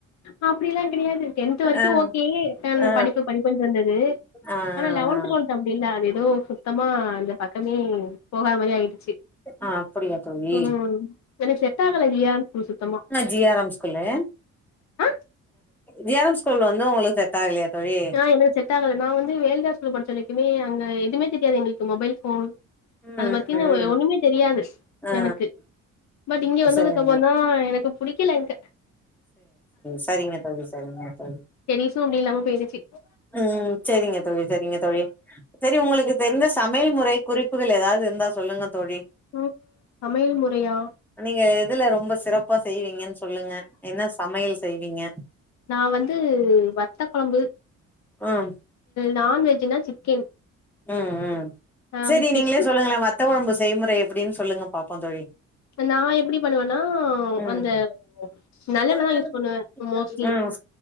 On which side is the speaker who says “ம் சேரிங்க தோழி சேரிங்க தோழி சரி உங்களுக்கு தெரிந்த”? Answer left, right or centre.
Centre